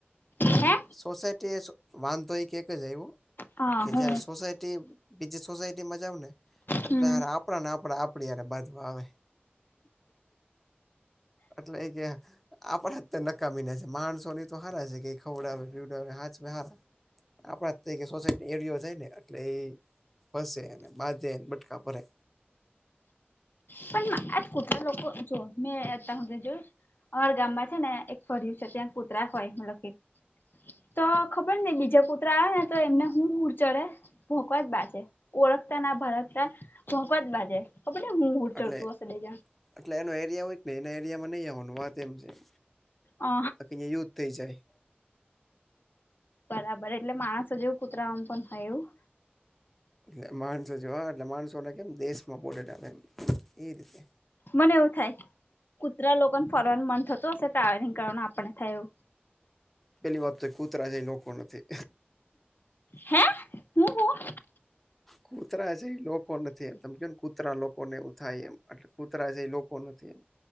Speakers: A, on the left; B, in the centre.
A: હે
B: સોસાયટી એ વાંધ તો એ એકક જ એવું.
A: હા
B: કે
A: હું
B: જયારે સોસાયટી બીજી સોસાયટીમાં જાવ ને, એટલે
A: હમ
B: આપ આપણા ને આપ આપડી બાજવા આવે. એટલે કે આપ અત ન કામી ના છે માણસો ની તો હારા છે કે ખવડાવે પીવડાવ હાચ હારા. આપણા થ સોસાયટી એરિયો છે ને એટલે એ ફસે અને બાંધેને બટકા ભરે.
A: પણ આજ કુટલા લોકો જો મેં હ જો. અમારા ગામમાં છે ને એક ફર છે ત્યાં કૂતરા હોય મતલબ કે. તો ખબર ને બીજા કુત્ર આવે ને તો એમને હું ઉર ચડે. ભોંકવા જ બાજે ઓળખતા ના ભળકતા, ભોંકવા જ બાજે ખબર ને હું ચતું
B: એટલે
A: આ સાે જણ.
B: એટલે એનો એરિયા હોયને એના એરિયામાં નહી આવવાનું વાત એમ છે,
A: અ
B: બાકી યુ તે જાય.
A: બરાબર એટલે માણસો જેવું કૂતરામ પણ હોય એવું.
B: એટલે માણસો જોવા એટલે માણસોને કેમ દેશમાં બોડટ આવે એમ એ રીતે.
A: મને એવું થાય, કુતરા લોકોને ફોરવાર મન થતું હશે ટ્રાવેલિંગ કરવાનું આપણને થાય એવું.
B: પેલી વાત તો કૂતરા છે લોકો નથી.
A: હે હું હું
B: કુતરા છે એ લોકો નથી એમ ત કે ને કત કૂતરા લોકો ને એ થાય એમ એટલે કૂતરા જે એ લોકો નથી એમ.